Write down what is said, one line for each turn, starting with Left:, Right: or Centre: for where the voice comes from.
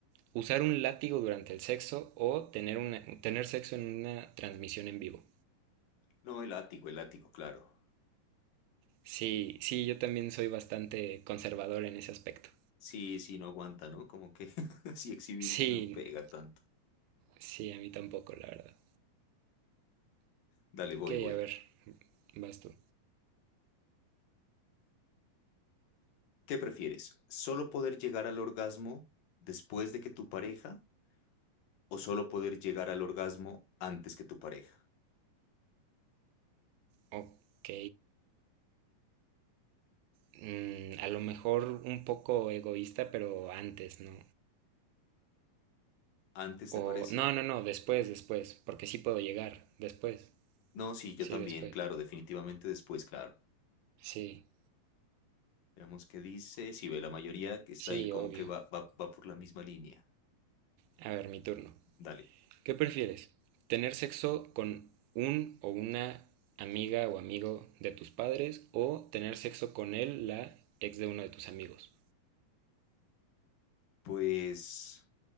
Right: ¿Usar un látigo durante el sexo o tener una, tener sexo en una transmisión en vivo?
Left: No, el látigo, el látigo, claro.
Right: Sí, sí, yo también soy bastante conservador en ese aspecto.
Left: Sí, sí, no aguanta, ¿no? Como que <laughs> si exhibirse
Right: Sí,
Left: no pega tanto.
Right: Sí, a mí tampoco, la verdad.
Left: Dale, voy,
Right: Ok,
Left: voy.
Right: a ver, vas tú.
Left: ¿Qué prefieres? ¿Solo poder llegar al orgasmo después de que tu pareja o solo poder llegar al orgasmo antes que tu pareja?
Right: Ok, mm, a lo mejor un poco egoísta, pero antes, ¿no?
Left: ¿Antes te parece?
Right: O, no, no, no, después, después, porque sí puedo llegar, después.
Left: No, sí, yo
Right: Sí,
Left: también,
Right: después.
Left: claro, definitivamente después, claro.
Right: Sí,
Left: Veamos qué dice, si ve la mayoría que está
Right: sí,
Left: ahí como
Right: obvio.
Left: que va, va, va por la misma línea.
Right: A ver, mi turno.
Left: Dale.
Right: ¿Qué prefieres? ¿Tener sexo con un o una amiga o amigo de tus padres o tener sexo con él, la ex de uno de tus amigos?
Left: Pues